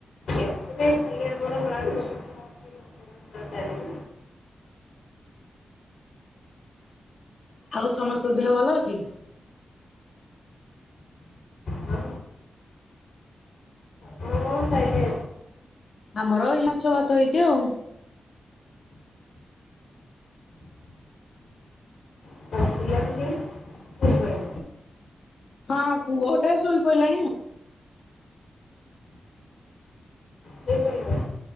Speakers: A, on the left; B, on the left.
A: ଏଥି ଖାଲି ଆମର ମା ସୁଖ ଅଛି। <inaudible>
B: ଆଉ ସମସ୍ତଙ୍କ ଦେହ ଭଲ ଅଛି?
A: ହଁ, ହ ଖାଇିସାଇଲି। <unintelligible>
B: ଆମର ଏଇ ମାଛ ଭାତ ହେଇଛି ଆଉ।
A: <inaudible> ପାଇଁ
B: ହଁ ପୁଅଟା ଶୋଇ ପଇଲାଣି ଆଉ।
A: ଶୋଇପଡ଼ିଲେଣି?